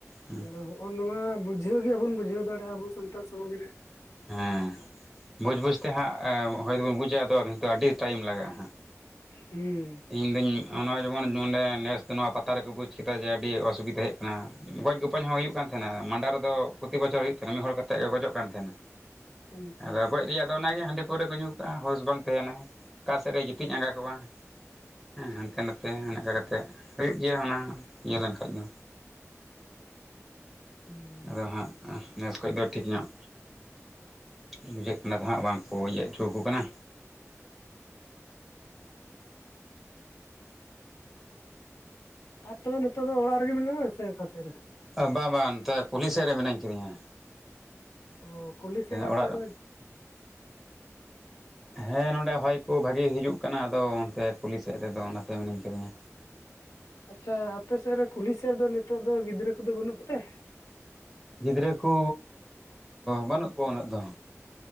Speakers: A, in the centre; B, on the left.
A: ᱦᱮᱸ
B: ᱟᱫᱚ ᱦᱚᱸ ᱱᱚᱣᱟ ᱵᱩᱡᱷᱟᱹᱣ ᱜᱮ ᱵᱟᱵᱚᱱ ᱵᱩᱡᱷᱟᱹᱣ ᱫᱟᱲᱮᱭᱟᱜᱼᱟ ᱟᱵᱚ ᱥᱟᱱᱛᱟᱞ ᱥᱚᱢᱟᱡᱽ ᱨᱮ᱾
A: ᱦᱮᱸ ᱵᱩᱡᱽ ᱵᱩᱡᱽ ᱛᱮ ᱦᱟᱸᱜ ᱦᱚᱭ ᱛᱚᱵᱚᱱ ᱵᱩᱡᱟ ᱟᱫᱚ ᱠᱤᱱᱛᱩ ᱟᱹᱰᱤ ᱴᱟᱭᱤᱢ ᱞᱟᱜᱟᱜᱼᱟ ᱦᱟᱸᱜ᱾
B: ᱦᱩᱸ᱾
A: ᱤᱧᱫᱚᱧ ᱱᱚᱜᱼᱚᱭ ᱡᱮᱢᱚᱱ ᱱᱚᱸᱰᱮ ᱱᱮᱥ ᱫᱚ ᱱᱚᱣᱟ ᱯᱟᱛᱟ ᱨᱮᱠᱚ ᱵᱩᱡ ᱠᱮᱫᱟ ᱡᱮ ᱟᱹᱰᱤ ᱚᱥᱩᱵᱤᱫᱷᱟ ᱦᱮᱡ᱾ ᱜᱚᱡ ᱜᱚᱯᱚᱡ ᱦᱚᱸ ᱦᱩᱭᱩᱜ ᱠᱟᱱ ᱛᱟᱦᱮᱱᱟ ᱢᱟᱸᱰᱟᱨ ᱫᱚ ᱯᱨᱚᱛᱤ ᱵᱚᱪᱷᱚᱨ ᱦᱩᱭᱩᱜ ᱛᱟᱦᱮᱱᱟ ᱢᱤᱫ ᱦᱚᱲ ᱠᱟᱛᱮ ᱠᱚ ᱜᱚᱡᱚᱜ ᱠᱟᱱ ᱛᱟᱦᱮᱱᱟ᱾
B: ᱦᱩᱸ ᱦᱩᱸ
A: ᱟᱫᱚ ᱜᱚᱡ ᱨᱮᱭᱟᱜ᱾ ᱟᱫᱚ ᱚᱱᱟᱜᱮ ᱦᱟᱺᱰᱤ ᱯᱟᱹᱣᱨᱟᱹ ᱠᱚ ᱧᱩ ᱠᱟᱜᱼᱟ ᱦᱳᱥ ᱵᱟᱝ ᱛᱟᱦᱮᱱᱟ ᱚᱠᱟᱥᱮᱫ ᱨᱮᱭ ᱜᱤᱛᱤᱡ ᱟᱸᱜᱟ ᱠᱚᱜᱼᱟ᱾ ᱦᱮᱸ ᱦᱟᱱᱛᱮ ᱱᱟᱛᱮ ᱚᱱᱮ ᱚᱱᱠᱟ ᱠᱟᱛᱮ ᱦᱩᱭᱩᱜ ᱜᱮᱭᱟ ᱚᱱᱟ ᱤᱭᱟᱹ ᱞᱮᱱᱠᱷᱟᱭ ᱫᱚ᱾
B: ᱦᱩᱸ
A: ᱟᱫᱚ ᱦᱟᱸᱜ᱾ ᱱᱮᱥ ᱠᱷᱚᱭ ᱫᱚ ᱴᱷᱤᱠ ᱧᱚᱜ ᱵᱩᱡᱷᱟᱹᱜ ᱠᱟᱱᱟ ᱟᱫᱚᱦᱟᱜ ᱵᱟᱝᱠᱚ ᱤᱭᱟᱹ ᱚᱪᱚ ᱠᱚ ᱠᱟᱱᱟ᱾
B: ᱟᱨ ᱛᱚᱵᱮ ᱱᱤᱛᱚᱜ ᱫᱚ ᱚᱲᱟᱜ ᱨᱮᱜᱮ ᱢᱮᱱᱟᱢᱟ ᱥᱮ ᱚᱠᱟ ᱥᱮᱫ ᱨᱮ?
A: ᱵᱟ ᱵᱟ ᱱᱚᱛᱮ ᱠᱩᱞᱦᱤ ᱥᱮᱫ ᱨᱮ ᱢᱤᱱᱟᱹᱧ ᱠᱟᱫᱤᱧᱟ᱾
B: ᱚᱸ ᱠᱩᱞᱦᱤ ᱥᱮᱨᱮ ᱟᱯᱮᱫᱚ᱾
A: ᱚᱲᱟᱜ ᱨᱮ ᱦᱮᱸ ᱱᱚᱸᱰᱮ ᱦᱚᱭ ᱠᱚ ᱵᱷᱟᱜᱤ ᱦᱤᱡᱩᱜ ᱠᱟᱱᱟ ᱟᱫᱚ ᱚᱱᱛᱮ ᱠᱩᱞᱤ ᱥᱮᱫ ᱨᱮᱫᱚ ᱚᱱᱟᱛᱮ ᱢᱤᱱᱟᱹᱧ ᱠᱟᱫᱤᱧᱟ᱾
B: ᱟᱪᱷᱟ ᱟᱯᱮ ᱥᱮᱫ ᱨᱮ ᱠᱩᱞᱦᱤ ᱥᱮᱫ ᱨᱮᱫᱚ ᱱᱤᱛᱚᱜ ᱫᱚ ᱜᱤᱫᱽᱨᱟᱹ ᱠᱚᱫᱚ ᱵᱟᱹᱱᱩᱜ ᱠᱚᱛᱮ?
A: ᱜᱤᱫᱽᱨᱟᱹ ᱠᱚᱻ ᱵᱟᱹᱱᱩᱜ ᱠᱚᱣᱟ ᱩᱱᱟᱹᱜ ᱫᱚ᱾